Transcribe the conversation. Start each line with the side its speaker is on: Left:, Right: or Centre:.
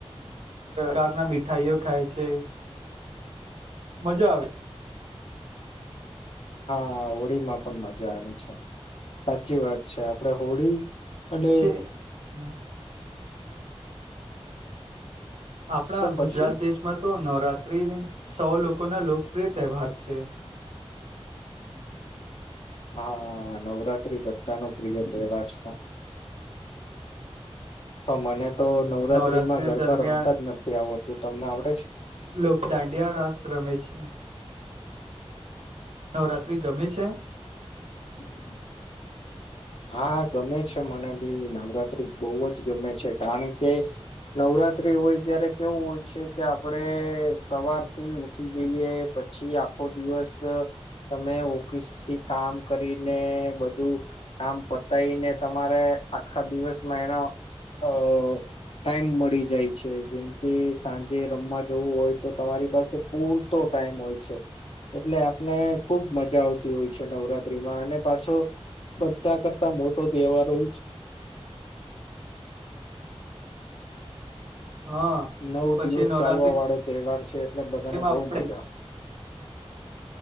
Right: કારના મીઠાઈઓ ખાય છે. મજા આવે.
Left: હા હોળીમાં પણ મજા આવે છે સાચી વાત છે. આપડે હોળી અને
Right: પછી હમ આપણા
Left: શું
Right: ગુજરાત
Left: પછી
Right: દેશમાં તો નવરાત્રી સૌ લોકોના લોકપ્રિય તહેવાર છે
Left: હા નવરાત્રી બધા નો પ્રિય તહેવાર છે તો મને તો નવરાત્રીમાં
Right: નવરાત્રી
Left: ગરબા
Right: દરમિયાન
Left: રમતા જ નથી આવડતું તમને આવળે
Right: લોકો દાંડિયા રાસ રમે છે નવરાત્રિ ગમે છે
Left: <inaudible> <inaudible> હા ગમે છે મને બી નવરાત્રી બહુ જ ગમે છે કારણ કે નવરાત્રી હોય ત્યારે કેવું હોય છે કે આપડે સવારથી ઉઠી જઈએ પછી આખો દિવસ તમે ઓફિસથી કામ કરીને બધું કામ પતાયને તમારે આખા દિવસમાં એનો અ ટાઈમ મળી જાય છે જેમ કે સાંજે રમવા જવું હોય તો તમારી પાસે પૂરતો ટાઈમ હોય છે એટલે આપને ખુબ મજા આવતી હોય છે નવરાત્રીમાં અને પાછો બધા કરતા મોટો તહેવાર હોય છે
Right: હા
Left: નવ
Right: પછી
Left: દિવસ
Right: નવરાત્રીમાં
Left: ચાલવા વાળો તહેવાર છે એટલે બધાને બહુ
Right: આપણે
Left: મજા